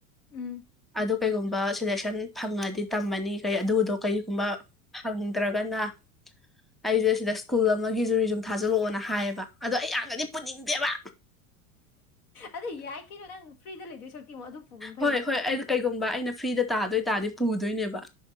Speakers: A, on the left (about 75°); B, in the centre.
A: ꯎꯝ
B: ꯑꯗꯨ ꯀꯩꯒꯨꯝꯕ ꯁꯦꯂꯦꯛꯁꯟ ꯐꯪꯉꯗꯤ ꯇꯝꯃꯅꯤ ꯀꯩ ꯑꯗꯨꯗꯣ ꯀꯩꯒꯨꯝꯕ ꯐꯪꯗ꯭ꯔꯒꯅ ꯑꯩꯖꯦ ꯁꯤꯗ ꯁ꯭ꯀꯨꯜ ꯑꯃꯒꯤꯖꯨ ꯔꯤꯖꯨꯝ ꯊꯥꯖꯤꯜꯂꯛꯑꯣꯅ ꯍꯥꯏꯌꯦꯕ ꯑꯗꯣ ꯑꯩ ꯌꯥꯝꯅꯗꯤ ꯄꯨꯅꯤꯡꯗꯦꯕ
A: ꯑꯗꯨ ꯌꯥꯏ ꯀꯩꯅꯣ ꯅꯪ ꯐ꯭ꯔꯤꯗ ꯂꯩꯗꯣꯏ ꯁꯔꯨꯛꯇꯤ ꯑꯃꯨꯛ ꯑꯗꯨ ꯄꯨꯕꯅ ꯐꯩ
B: ꯍꯣꯏ ꯍꯣꯏ ꯑꯩꯅ ꯀꯩꯒꯨꯝꯕ ꯑꯩꯅ ꯐ꯭ꯔꯤꯗ ꯇꯥꯗꯣꯏ ꯇꯥꯔꯗꯤ ꯄꯨꯗꯣꯏꯅꯦꯕ